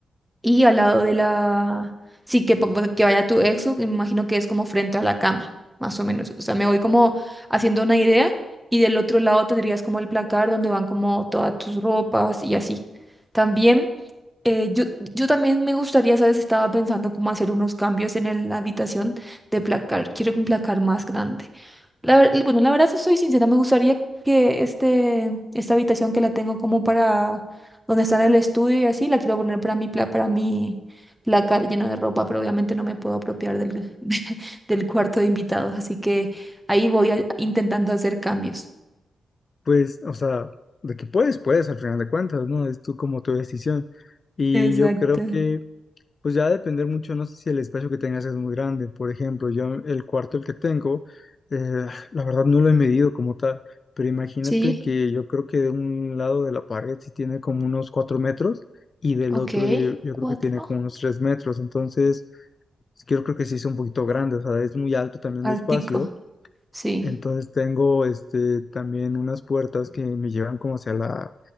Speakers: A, in the centre; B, on the left (about 50°).
A: y al lado de la, sí, que, pa- que vaya tu exo, me imagino que es como frente a la cama, más o menos. O sea, me voy como haciendo una idea. Y del otro lado tendrías como el placar donde van como todas tus ropas y así. También eh, yo, yo también me gustaría, ¿sabes? Estaba pensando cómo hacer unos cambios en el- la habitación de placar. Quiero un placar más grande. La, ver- bueno, la verdad, si soy sincera, me gustaría que este, esta habitación que la tengo como para donde está el estudio y así, la quiero poner para mi, pla- para mi placar lleno de ropa, pero obviamente no me puedo apropiar del, <laughs> del cuarto de invitados. Así que ahí voy a- intentando hacer cambios.
B: Pues, o sea, de que puedes, puedes al final de cuentas, ¿no? Es tú como tu decisión. Y
A: Exacto.
B: yo creo que... Pues ya va a depender mucho, no sé si el espacio que tengas es muy grande. Por ejemplo, yo el cuarto el que tengo, eh, la verdad no lo he medido como tal, pero imagínate
A: Sí,
B: que yo creo que de un lado de la pared sí tiene como unos cuatro metros y del
A: ok.
B: otro yo, yo
A: Cuatro.
B: creo que tiene como unos tres metros. Entonces, yo creo que sí es un poquito grande, o sea, es muy alto también
A: Artico,
B: de espacio.
A: sí.
B: Entonces tengo este, también unas puertas que me llevan como hacia la,